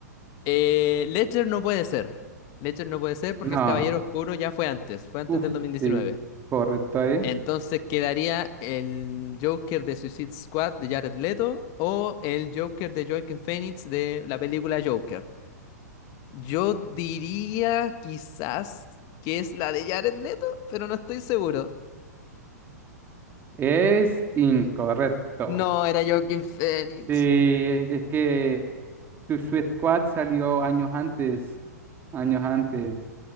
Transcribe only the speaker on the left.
Eh, Ledger no puede ser. Ledger no puede ser porque
el Caballero Oscuro ya fue antes, fue antes
del 2019.
Entonces quedaría el Joker de Suicide Squad de Jared Leto o el Joker de Joaquin Phoenix de la película Joker. Yo diría quizás que es la de Jared Leto, pero no estoy seguro.
No, era Joaquin Phoenix.